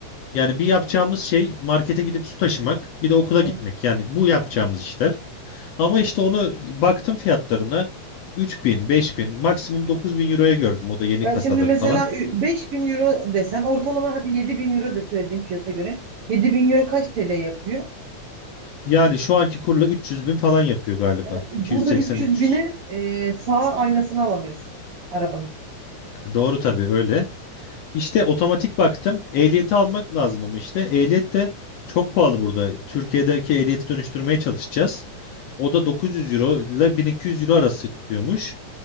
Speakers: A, on the left; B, on the right.
A: Yani bir yapacağımız şey markete gidip su taşımak, bir de okula
B: Hı.
A: gitmek. Yani bu yapacağımız işler. Ama işte onu baktım fiyatlarına 3000, bin, maksimum 9000 euroya gördüm. O da yeni
B: Ya
A: kasaları
B: şimdi mesela
A: falan.
B: ü- 5000 euro desen ortalama hadi 7000 euro de söylediğim fiyata göre 7000 euro kaç TL yapıyor?
A: Yani şu anki kurla 300 bin falan yapıyor galiba.
B: Yani burada
A: 280-300.
B: 300 bine e, sağ aynasını alamıyorsun arabanın.
A: Doğru tabii öyle. İşte otomatik baktım. Ehliyeti almak lazım ama işte ehliyet de çok pahalı burada. Türkiye'deki ehliyeti dönüştürmeye çalışacağız. O da 900 euro ile 1200 euro arası tutuyormuş.